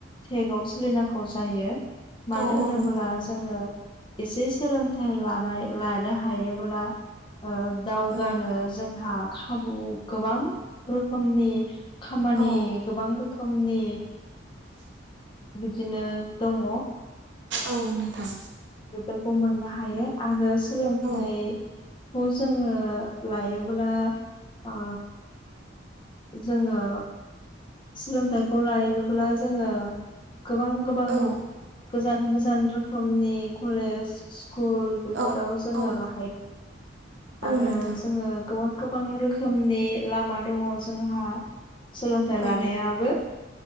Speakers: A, on the left (about 25°); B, on the right (about 65°).
A: थेगाव सोलिनांगौ जायो मानो
B: औ
A: होनोब्ला
B: नोंथां
A: जोङो एसे सोलोंथाइ लानाय लानो हायोब्ला दावगानो
B: औ
A: जोंहा खाबु गोबां रोखोमनि खामानि
B: औ
A: गोबां रोखोमनि बिदिनो दङ
B: औ नोंथां
A: बेफोरखौ मोननो हायो आरो सोलोंथाइ
B: औ
A: खौ जोङो लायोब्ला ओ जोङो सोलोंथाइखौ लायोब्ला जोङो गोबां गोबां
B: औ
A: गोजान गोजान रोखोमनि कलेज स्कुल बेफोराव
B: औ
A: जोङो
B: औ
A: ला
B: औ
A: आरो
B: नोंथां
A: जोङो गोबां गोबां रोखोम <unintelligible> रोनि लामा दङ जोंहा सोलोंथाय सोलोंथाइ लानायाबो
B: औ